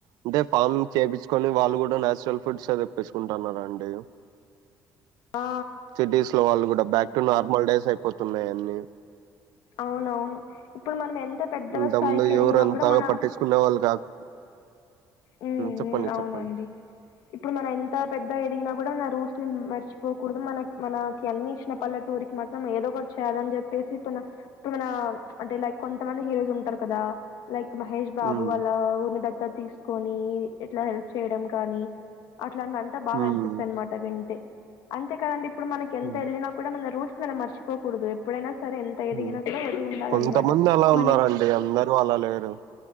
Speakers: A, on the right; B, on the left.
A: అంటే ఫార్మింగ్ చెప్పిచుకొని వాళ్ళు కూడా న్యాచురల్ ఫుడ్సే తెప్పించుకుంటన్నారండి
B: ఆ
A: సిటీస్ లో వాళ్ళు కూడా బ్యాక్ టు నార్మల్ డేస్ అయిపోతున్నాయి అన్నీ
B: అవునవును ఇప్పుడు మనం ఎంత పెద్దగా
A: ఇంత
B: స్థాయికి
A: ముందు
B: ఎదిగినా
A: ఎవరు అంతగా
B: కూడా మన
A: పట్టించుకునే వాళ్ళు కాదు
B: ఉమ్
A: చెప్పండి
B: ఉమ్ అవునండి
A: చెప్పండి
B: ఇప్పుడు మనం ఎంత పెద్ద ఎదిగినా కూడా న రూట్స్ ని మర్చిపోకూడదు మన మనకి అన్ని ఇచ్చిన పల్లెటూర్ కి మాత్రం ఏదో ఒకటి చేయాలి అని చెప్పేసి ఇప్పుడు ఇప్పుడు మన అంటే లైక్ కొంతమంది హీరోస్ ఉంటారు కదా లైక్ మహేష్ బాబు
A: ఉమ్
B: వాళ్ల ఊరినీ దత్తత్ తీస్ కొని ఇట్ల హెల్ప్ చేయడం కానీ అట్లాంటివంత బాగా
A: ఉమ్
B: అనిపిస్తది అనమాట వింటే అంతే కదండి ఇప్పుడు మనకి ఎంత
A: ఉమ్
B: ఎళ్ళినా కూడా మన రూట్స్ ట్స్ మనం మర్చిపోకూడదు ఎప్పుడైన స సరే ఎంత ఎదిగినా
A: ఉమ్
B: కూడా ఒదిగి ఉండాలన్నమాట
A: కొంతమంది అలా
B: మనక్
A: ఉన్నారండి అందరూ అలా లేరు